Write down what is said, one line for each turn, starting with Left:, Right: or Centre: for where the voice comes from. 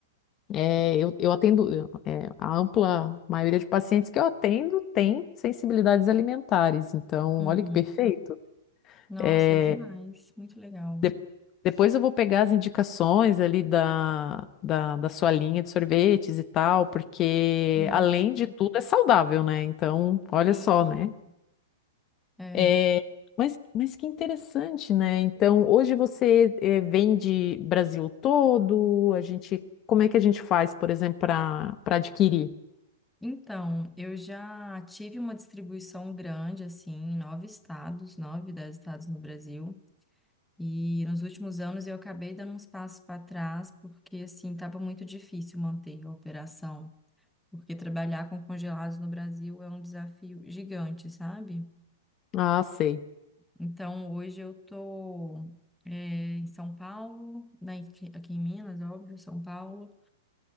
Left: eh, eu, eu atendo, eu, eh, a ampla maioria de pacientes que eu atendo tem sensibilidades alimentares. Então,
Centre: uhum.
Left: olha que perfeito.
Centre: Nossa,
Left: Eh,
Centre: demais, muito legal.
Left: de- Depois eu vou pegar as indicações ali da, da, da sua linha de sorvetes e tal, porque
Centre: Sim,
Left: além de tudo é saudável, né? Então, olha
Centre: sim,
Left: só, né?
Centre: sim. É.
Left: É, mas, mas que interessante, né? Então, hoje você eh, vende Brasil todo, a gente, como é que a gente faz, por exemplo, para para adquirir?
Centre: Então, eu já tive uma distribuição grande, assim, em nove estados, nove, dez estados no Brasil. E nos últimos anos eu acabei dando uns passos para trás, porque, assim, estava muito difícil manter a operação. Porque trabalhar com congelados no Brasil é um desafio gigante, sabe?
Left: Ah, sei.
Centre: Então, hoje eu tô eh, em São Paulo, né, aqui aqui em Minas, óbvio, São Paulo.